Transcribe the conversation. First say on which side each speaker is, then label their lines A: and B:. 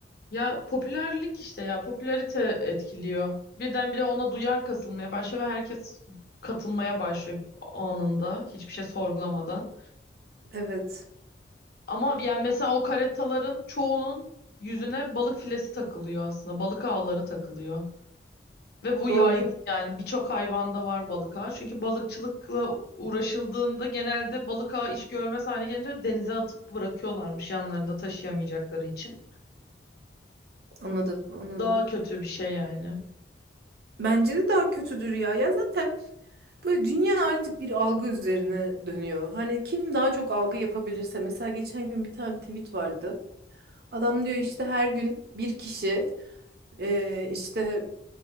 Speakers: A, on the left (about 60°); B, on the right (about 60°).
A: Ya popülerlik işte ya popülarite etkiliyor. Birdenbire ona duyar kasılmaya başlıyor ve herkes katılmaya başlıyor anında hiçbir şey sorgulamadan.
B: Evet.
A: Ama yani mesela o karetaların çoğunun yüzüne balık filesi takılıyor aslında. Balık ağları takılıyor. Ve bu
B: Doğru.
A: yaygın yani birçok hayvanda var balık ağı. Çünkü balıkçılıkla uğraşıldığında genelde balık ağı iş görmez hale gelince denize atıp bırakıyorlarmış yanlarında taşıyamayacakları için.
B: Anladım, anladım.
A: Daha kötü bir şey yani.
B: Bence de daha kötüdür ya. Ya zaten böyle dünya artık bir algı üzerine dönüyor. Hani kim daha çok algı yapabilirse. Mesela geçen gün bir tane tweet vardı. Adam diyor işte her gün bir kişi e, işte